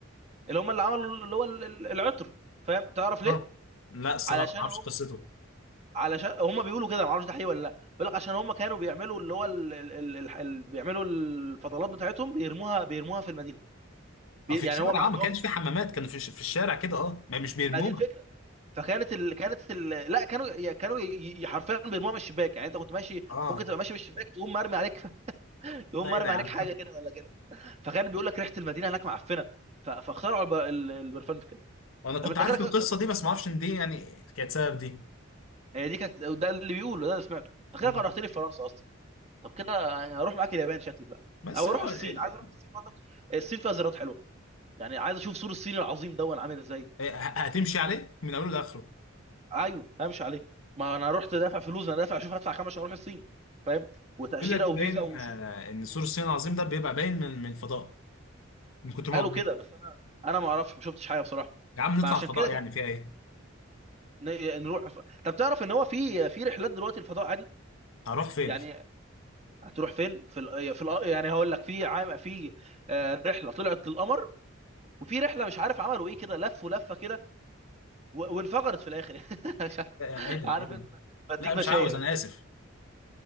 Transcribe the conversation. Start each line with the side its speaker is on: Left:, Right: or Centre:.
Right: اللي هم اللي عملوا اللي هو ال- ال- العطر فاهم تعرف ليه
Left: اه لا الصراحه
Right: علشان
Left: ما اعرفش
Right: هم
Left: قصته
Right: علشان هم بيقولوا كده ما اعرفش ده حقيقي ولا لا بيقول لك عشان هم كانوا بيعملوا اللي هو ال... ال... ال... ال- ال- بيعملوا الفضلات بتاعتهم بيرموها بيرموها في المدينه بي...
Left: اه في
Right: يعني
Left: الشارع
Right: هو ما عندهمش
Left: اه ما كانش في حمامات كانوا في في الشارع كده اه ما مش بيرموها
Right: ما دي الفكره فاهم فكانت ال... كانت ال... لا كانوا ي- كانوا ي- ي- حرفيا بيرموها من الشباك يعني انت كنت ماشي
Left: اه
Right: ممكن تبقى ماشي من الشباك تقوم مرمي عليك <laughs> تقوم
Left: لا
Right: مرمي
Left: ايه ده يا
Right: عليك
Left: عم
Right: حاجه
Left: <laughs>
Right: كده ولا كده فكان بيقول لك ريحه المدينه هناك معفنه ف- فاخترعوا الب- ال- البرفان في كده
Left: وانا كنت
Right: طب انت
Left: عارف
Right: كده كر-
Left: القصه دي بس ما اعرفش ان دي يعني كانت سبب دي
Right: هي دي كانت ده اللي بيقوله ده اللي سمعته انت
Left: مم.
Right: كده كرهتني في فرنسا اصلا طب كده يعني هروح معاك اليابان شكلي بقى
Left: بس
Right: او
Left: اه
Right: اروح الصين
Left: ال-
Right: عايز
Left: ال-
Right: اروح الصين برضك الصين فيها زيارات حلوه يعني عايز اشوف سور الصين العظيم دون عامل ازاي
Left: اه، ه- هتمشي عليه من اوله لاخره
Right: ايوه همشي عليه ما انا رحت دافع فلوس انا دافع اشوف هدفع كام عشان اروح الصين فاهم وتاشيره
Left: يقول لك
Right: وفيزا
Left: باين
Right: وشوف
Left: آه، ان سور الصين العظيم ده بيبقى باين من من الفضاء من كتر ما
Right: قالوا
Left: هو كبير
Right: كده بس انا انا ما اعرفش ما شفتش حاجه بصراحه
Left: يا عم نطلع
Right: فعشان
Left: الفضاء
Right: كده كان
Left: يعني فيها ايه
Right: ن- نروح ف... طب تعرف ان هو في في رحلات دلوقتي الفضاء عادي
Left: هروح فين
Right: يعني هتروح فين في ال... آه، في ال... آه، يعني هقول لك في عام في آه، رحله طلعت للقمر وفي رحله مش عارف عملوا ايه كده لفوا لفه كده و... وانفجرت في الاخر <laughs> مش
Left: لا، يعني ايه ده
Right: عارف
Left: ايه
Right: انت
Left: ده
Right: بديك
Left: لا
Right: بشاير
Left: مش عاوز انا اسف